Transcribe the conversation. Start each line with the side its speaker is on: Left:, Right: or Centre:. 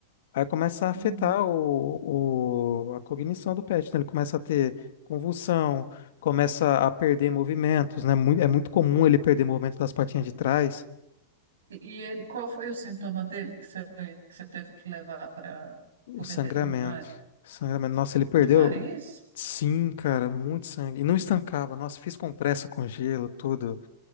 Left: Aí começa a afetar
Right: Uhum.
Left: o, o- a cognição do pet, né? Ele começa a ter convulsão, começa a perder movimentos, né? Mui- É muito comum ele perder movimento das patinhas de trás.
Right: E, e ele, qual foi o sintoma dele que você, que você teve que levar para
Left: O
Right: o veterinário?
Left: sangramento. Sangramento. Nossa, ele perdeu.
Right: No nariz?
Left: Sim, cara, muito sangue. E não estancava. Nossa, fiz compressa com gelo, tudo.